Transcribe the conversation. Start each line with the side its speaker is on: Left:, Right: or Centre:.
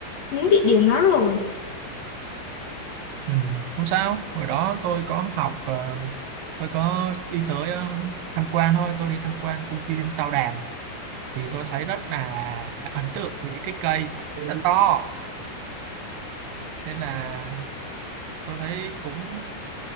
Left: những địa điểm đó rồi
Right: ừ. không sao hồi đó tôi có học ờ, tôi có đi tới ờ, tham quan thôi tôi đi tham quan công viên Tao Đàn thì tôi thấy rất là ấn tượng với những cái cây nó to nên là tôi thấy cũng